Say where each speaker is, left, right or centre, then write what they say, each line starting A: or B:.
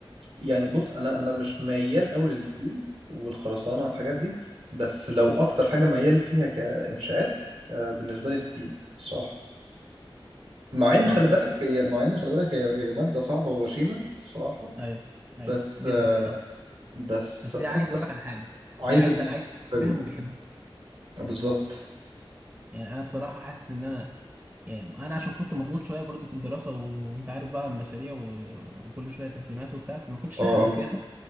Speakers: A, on the right (about 75°); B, on the right (about 20°).
A: يعني بص أنا أنا مش ميال أوي للستيل والخرسانة والحاجات دي بس لو
B: مم.
A: أكتر حاجة ميال فيها كإنشاءات آه بالنسبة لي ستيل الصراحة مع إن
B: هو
A: خلي
B: عامه
A: بالك هي مع إن خلي بالك هي هي مادة صعبة وغشيمة الصراحة
B: ايوه
A: بس
B: ايوه جدا
A: آه
B: بصراحه
A: بس
B: بس
A: أكتر
B: هي عايز اقول لك على حاجه
A: عايزة
B: هي عايزه
A: دماغ
B: عايز
A: حلوة
B: فاهم وبيحبه
A: بالظبط
B: يعني انا بصراحه حاسس ان انا يعني انا عشان كنت مضغوط شويه برضه في الدراسه و... وانت عارف بقى المشاريع و... وكل شويه تسليمات وبتاع فما كنتش
A: اه
B: لاحق اذاكرها
A: الله